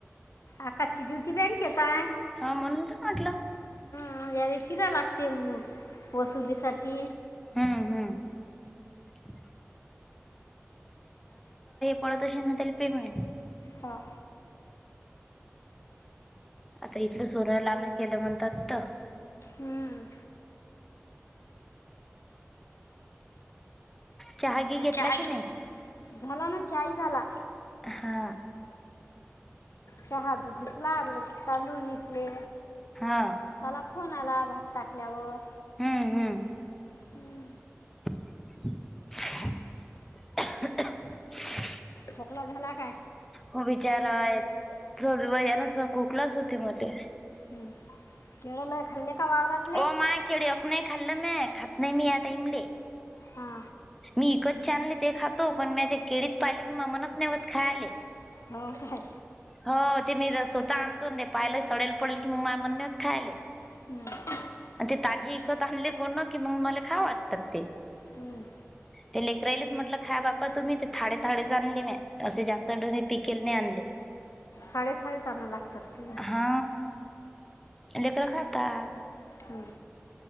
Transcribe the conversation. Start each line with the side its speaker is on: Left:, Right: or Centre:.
Left: आकाशची ड्युटी बँकेेताय.
Centre: हा म्हणून तर म्हटलं.
Left: हा याले फिराय लागते म वसुलीसाठी.
Centre: हम्म हम्म, <unintelligible> पळत अशील ना त्याचे पेमेंट.
Left: हा.
Centre: आता इथलं सोनं लान केलं म्हणतात
Left: हम्म
Centre: <inaudible> चहा घी घेतला
Left: यहा घी
Centre: की नाही?
Left: झाला ना चाय झाला
Centre: हा.
Left: चहाज घेतला तांदूळ निसले.
Centre: हा.
Left: त्याला फोन आला भात टाकल्यावर.
Centre: हम हम
Left: हम्म
Centre: <inaudible>
Left: खोकला झाला काय
Centre: हो बिचारा आहेत स वयाना खोकलाच होते मध्ये
Left: हम्म केळ लय खल्ले का वावरात
Centre: हो माय केड अक नाही खाल्लं म खात नाही मी आता ईमले
Left: हा
Centre: मी इकतचे आनले ते खातो पण मी ते केळीत पाहिले कि म मनच नव्हत खायले
Left: हो काय
Centre: हो ते मी ज स्वतः आणतो ते पाहिलं सडेल पडले की मग माय म्हण नाही होत खायले
Left: हम्म
Centre: आणि ते ताजी विकत आणले कोण की मग मला खाव वाटतात ते
Left: हम
Centre: ते लेकरराईलाच म्हटलं खाय बापा तुम्ही ते थाडे थाडेच आणले म असे जास्त डोनो पिकेल नाही आणले <inaudible>
Left: थाडे थाडे च आणाय लागतात ते
Centre: हा लेकर खातात
Left: हम